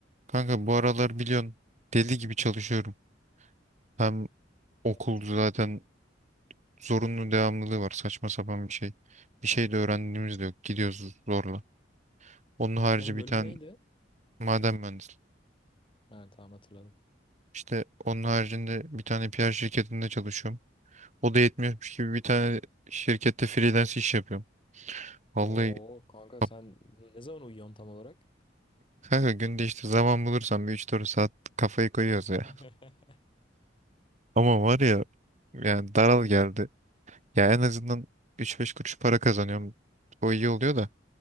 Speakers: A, on the right (about 40°); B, on the left (about 30°).
A: Kanka bu aralar biliyorsun deli gibi çalışıyorum. Hem okul
B: Evet.
A: zaten zorunlu devamlılığı var saçma sapan bir şey. Bir şey de öğrendiğimiz de yok. Gidiyoruz zorla. Onun harici
B: Senin
A: bir
B: bölüm
A: tane
B: neydi?
A: maden mühendisi.
B: Ha, tamam hatırladım.
A: İşte onun haricinde bir tane PR şirketinde çalışıyorum. O da yetmiyormuş gibi bir tane şirkette freelance iş yapıyorum. Vallahi
B: Oo kanka
A: kap-
B: sen ne zaman uyuyorsun tam olarak?
A: kanka günde işte zaman bulursam bir üç dört saat kafayı koyuyoruz
B: <laughs>
A: ya. <laughs> Ama var ya yani daral geldi. Ya en azından üç beş kuruş para kazanıyorum. O iyi oluyor da.